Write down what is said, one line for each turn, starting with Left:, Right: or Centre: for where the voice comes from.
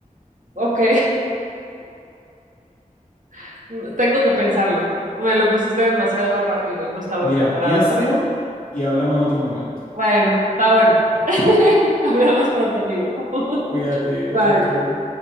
Right: Ok. <laughs> Tengo que pensarlo. Me lo pusiste demasiado rápido. No estaba
Left: Mira,
Right: preparada
Left: piénsalo
Right: para eso.
Left: y hablamos en otro momento.
Right: Bueno, está bueno. <laughs> Hablamos pronto, amigo.
Left: Cuídate,
Right: <laughs> Bye.
Left: chao, chao.